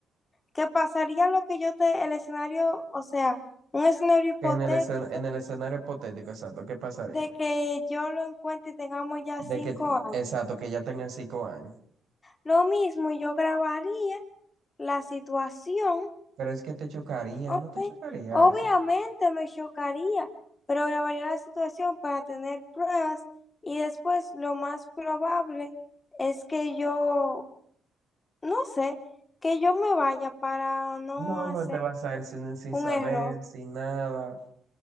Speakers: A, on the left; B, on the right.
A: ¿Qué pasaría lo que yo te, el escenario, o sea, un escenario hipotético
B: Que En el escen- en el escenario hipotético, exacto, ¿qué pasaría?
A: de que yo lo encuentre y tengamos ya cinco
B: De que,
A: años?
B: exacto, que ya tengan cinco años.
A: Lo mismo, yo grabaría la situación,
B: Pero es que te chocaría,
A: ok,
B: no te chocaría
A: Obviamente
B: eso.
A: me chocaría, pero grabaría la situación para tener pruebas y después lo más probable es que yo no sé, que yo me vaya para no
B: No,
A: hacer
B: pues te vas a ir sin, sin
A: un
B: saber,
A: error.
B: sin nada.